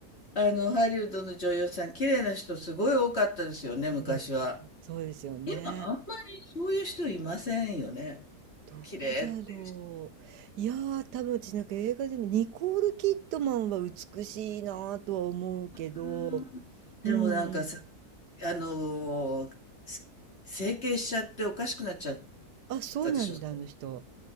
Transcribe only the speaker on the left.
あの、ハリウッドの女優さん、綺麗な人すごい多かったですよね、昔は。
今、あんまりそういう人いませんよね。
綺麗っていう人。
うんでもなんかさ、
あのーす整形しちゃっておかしくなっちゃっ
たでしょ。